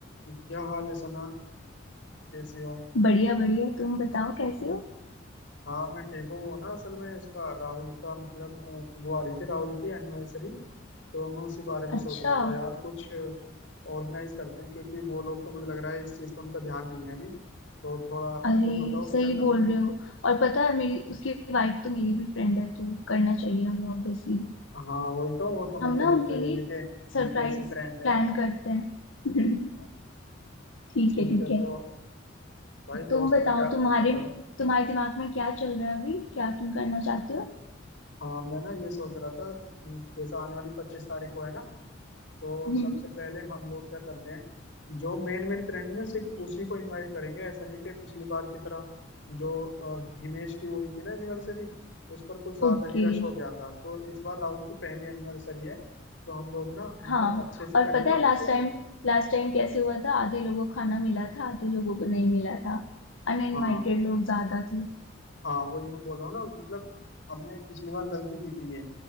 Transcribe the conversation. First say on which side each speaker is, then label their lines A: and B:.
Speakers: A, on the left; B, on the left.
A: क्या हाल है सना कैसे हो
B: बढ़िया बढ़िया तुम बताओ कैसे हो
A: हाँ मैं ठीक हूँ वो ना असल में उसका राहुल का मतलब अ, वो आ रही थी राहुल की एनिवर्सरी तो मैं उसी बारे में सोच
B: अच्छा
A: रहा था यार कुछ ऑर्गेनाइज करते हैं क्योंकि वो लोग तो मुझे लग रहा है इस चीज़ पर उनका ध्यान नहीं है अभी तो थोड़ा
B: अरे
A: तुम बताओ
B: सही
A: क्या करते
B: बोल
A: हैं
B: रहे हो और पता है मेरी उसकी वाइफ तो मेरी भी फ्रेंड है तो करना चाहिए हमें ऑब्वियसली
A: हाँ वही तो वो तो मैं
B: हम
A: फिर
B: ना उनके
A: कहेगी
B: लिए
A: कि
B: सरप्राइज
A: कैसी फ्रेंड है
B: प्लान करते हैं
A: हाँ
B: <laughs> ठीक
A: ठीक
B: है ठीक
A: है
B: है
A: तो भाई
B: तुम
A: दोस्त
B: बताओ
A: का ख्याल
B: तुम्हारे
A: रखा करो
B: तुम्हारे दिमाग में क्या चल रहा है अभी क्या तुम करना चाहते हो
A: हाँ मैं ना ये सोच रहा था जैसे आने वाली पच्चीस तारीख को है ना तो
B: हम्म
A: सबसे पहले हम लोग क्या करते हैं जो मेन मेन फ्रेंड में सिर्फ उसी को इनवाइट करेंगे ऐसा नहीं कि पिछली बार की तरह जो अ, हिमेश की वो हुई थी ना एनिवर्सरी उस पर कुछ ज्यादा
B: ओके
A: ही रश हो गया था तो इस बार राहुल की पहली एनिवर्सरी है तो हम लोग ना मतलब
B: हाँ
A: अच्छे से
B: और
A: करेंगे
B: पता है
A: और
B: लास्ट
A: सिर्फ
B: टाइम लास्ट टाइम कैसे हुआ था आधे लोगों को खाना मिला था आधे लोगों को नहीं मिला था अनइनवाइटेड
A: हाँ
B: लोग ज्यादा थे
A: हाँ वही मैं बोल रहा हूँ ना मतलब हमने पिछली बार गलती की थी ये